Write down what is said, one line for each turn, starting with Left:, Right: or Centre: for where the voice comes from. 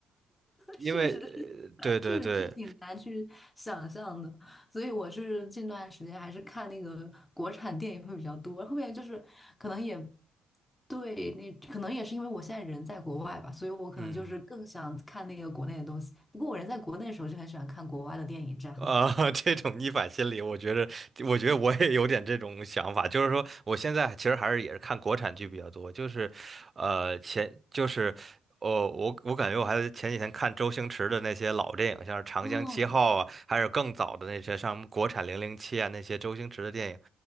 Right: 因为
Left: 确实是，呃确实是挺难去想象的，
Right: 对对对，
Left: 所以我是近段时间还是看那个国产电影会比较多，后面就是可能也对，那可能也是因为我现在人在国外吧，所以我可能就是更想看那个国内的东西。
Right: 嗯。
Left: 不过我人在国内的时候就很喜欢看国外的电影，这样。
Right: 呃，<laughs> 这种逆反心理，我觉得，我觉得我也有点这种想法，就是说，我现在其实还是也是看国产剧比较多，就是，呃，前就是，哦，我我感觉我还前几天看周星驰的那些老电影，像是《长江七号》啊，
Left: 哦，
Right: 还有更早的那些像国产《零零七》啊，那些周星驰的电影，